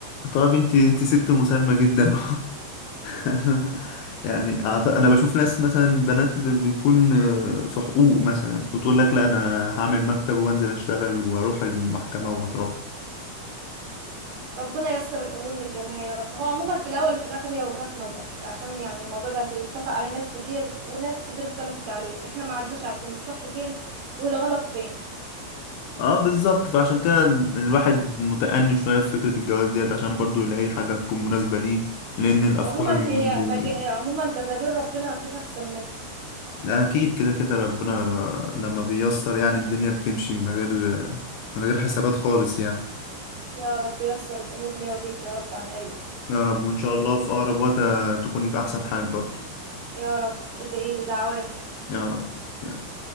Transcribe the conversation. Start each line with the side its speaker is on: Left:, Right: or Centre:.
Left: طب أنت أنت ست مسالمة جدا <laughs> يعني أعت- أنا بشوف ناس مثلا بنات ب- بتكون آه، في حقوق مثلا وتقول لك لا أنا هعمل مكتب وأنزل أشتغل وأروح المحكمة وأترافع
Right: ربنا ييسر الامور للجميع يا رب هو عموما في الاول وفي الاخر هي وجهات نظر عشان يعني الموضوع ده اتفق عليه ناس كتير وناس كتير اختلفت عليه احنا ما عدناش عارفين الصح فين والغلط فين
Left: اه بالظبط فعشان كده ال- الواحد متأني شوية في فكرة الجواز ديت عشان برضو يلاقي حاجة تكون مناسبة ليه لأن الأفكار
Right: عموما
Left: اليومين
Right: هي
Left: دول
Right: مج... عموما تدابير ربنا ما فيش احسن منها
Left: لا، اكيد كده كده ربنا لما بييسر يعني الدنيا بتمشي من غير من غير حسابات خالص يعني
Right: يا رب ييسر الامور ليا وليك يا رب عن قريب
Left: يا رب وان شاء الله في اقرب وقت تكوني في احسن حال برضو
Right: يا رب ادعيلي دعوات
Left: يا رب